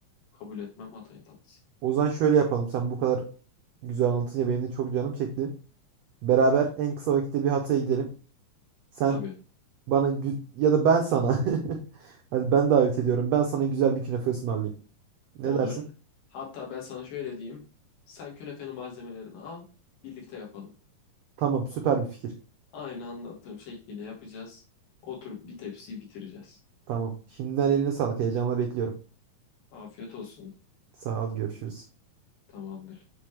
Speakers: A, on the left; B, on the right.
A: kabul etmem Hatay tatlısı.
B: O zaman şöyle yapalım. Sen bu kadar güzel anlatınca benim de çok canım çekti. Beraber en kısa vakitte bir Hatay'a gidelim. Sen
A: Tabii.
B: bana gü- ya da ben sana. <laughs> Hadi ben davet ediyorum. Ben sana güzel bir künefe ısmarlayayım. Ne
A: Olur.
B: dersin?
A: Hatta ben sana şöyle diyeyim. Sen künefenin malzemelerini al, birlikte yapalım.
B: Tamam, süper bir fikir.
A: Aynı anlattığım şekliyle yapacağız. Oturup bir tepsiyi bitireceğiz.
B: Tamam. Şimdiden eline sağlık. Heyecanla bekliyorum.
A: Afiyet olsun.
B: Sağ ol, görüşürüz.
A: Tamamdır.